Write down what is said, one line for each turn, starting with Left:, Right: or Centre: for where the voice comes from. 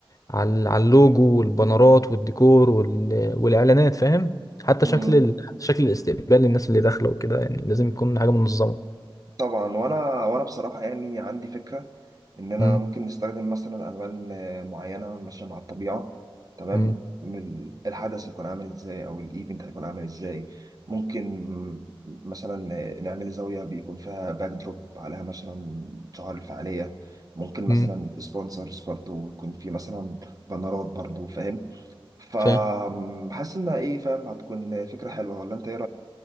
Left: على ال- على اللوجو والبانرات والديكور وال... والإعلانات فاهم حتى
Right: امم
Left: شكل ال... شكل الاستقبال للناس اللي داخلة وكده يعني لازم يكون حاجة منظمة
Right: طبعا وانا وانا بصراحه يعني عندي فكره ان انا
Left: امم
Right: ممكن نستخدم مثلا الوان آه، معينه ماشيه مع الطبيعه تمام
Left: امم
Right: من الحدث هيكون عامل ازاي او الايفنت هيكون عامل ازاي ممكن مثلا آه، نعمل زاويه بيكون فيها باك دروب عليها مثلا شعار الفعاليه ممكن مثلا
Left: امم
Right: سبونسرز برضو يكون في مثلا بنرات برضو فاهم فحاسس
Left: فاهم
Right: انها ايه فاهم هتكون فكره حلوه ولا انت ايه